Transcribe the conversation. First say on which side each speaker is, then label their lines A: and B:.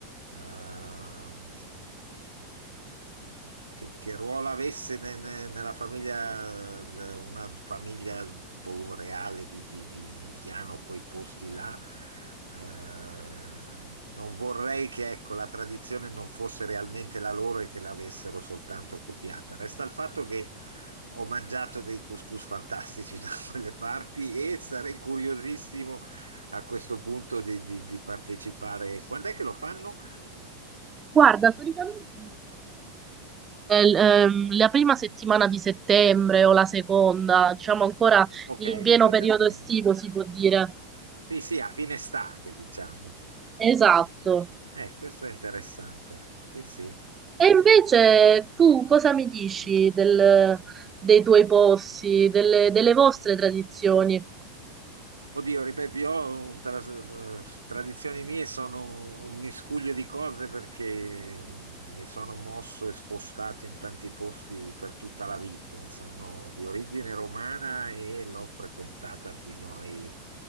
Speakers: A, on the right (about 80°); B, on the right (about 20°).
A: ehm, che, che ruolo avesse ne- ne- nella famiglia, eh, una famiglia boh, reale di, di, di indiano, quei posti là. Eh, non vorrei che ecco, la tradizione non fosse realmente la loro e che l'avessero soltanto copiata. Resta il fatto che ho mangiato dei couscous fantastici <laughs> da quelle parti e sarei curiosissimo a questo punto di, di- di partecipare. Quando è che lo fanno?
B: Guarda, solitamente eh, l- ehm, la prima settimana di settembre o la seconda, diciamo ancora
A: Ok,
B: in
A: inizio
B: pieno periodo
A: settembre.
B: estivo, si può dire.
A: Sì, sì, a fine estate, diciamo.
B: Esatto.
A: Eh, questo è interessante. Sì, sì.
B: E invece tu cosa mi dici del- dei tuoi posti, delle delle vostre tradizioni?
A: Oddio, ripeto, io tra- tradizioni mie sono un, un miscuglio di cose perché mi sono mosso e spostato in tanti posti per tutta la vita. Sono di origine romana e l'ho frequentata fino ai